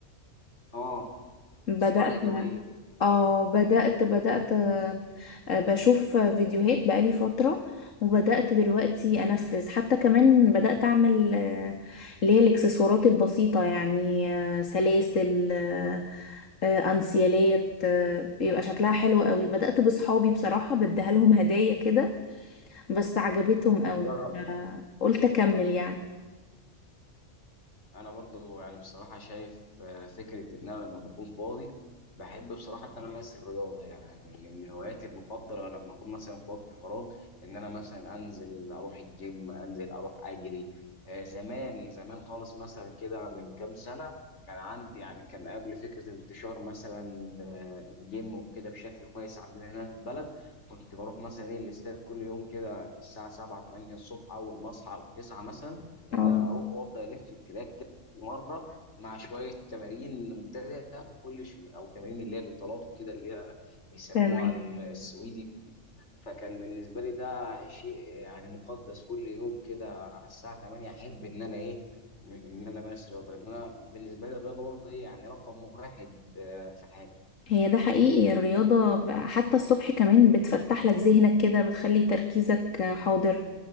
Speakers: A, on the left; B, on the left.
A: اه
B: بدأت
A: الصناعه اليدويه
B: اه بدأت بدأت آه، بشوف فيديوهات بقالي فترة وبدأت دلوقتي أنفذ حتى كمان بدأت أعمل آه، اللي هي الإكسسوارات البسيطة يعني آه، سلاسل آه، آه، أنسيالات آه، بيبقى شكلها حلو قوي بدأت بصحابي بصراحة بديها لهم هدايا كده بس عجبتهم قوي
A: نجرب
B: آه، قلت أكمل يعني
A: انا برضو يعني بصراحه شايف آه، فكره ان انا لما بكون فاضي بحب بصراحه ان انا امارس الرياضه يعني من هواياتي المفضله لما اكون مثلا في وقت فراغ ان انا مثلا انزل اروح الجيم انزل اروح اجري آه، زمان زمان خالص مثلا كده من كام سنه كان عندي يعني كان قبل فكره انتشار مثلا آه، الجيم وكده بشكل كويس عندنا هنا في البلد كنت بروح مثلا ايه الاستاد كل يوم كده الساعه 7 8 الصبح اول ما اصحى او 9 مثلا
B: اه
A: ان انا اروح وافضل الف في التراك مره مع شويه تمارين مبتدئه كل شيء او تمارين اللي هي الاطالات وكده اللي هي بيسموها
B: تمام
A: السويدي فكان بالنسبه لي ده شيء يعني مقدس كل يوم كده على الساعه 8 احب ان انا ايه م- ان انا امارس رياضه لان انا بالنسبه لي الرياضه برضه ايه يعني رقم واحد آه، في حياتي
B: هي ده حقيقي الرياضة ب- حتى الصبح كمان بتفتح لك ذهنك كده بتخلي تركيزك حاضر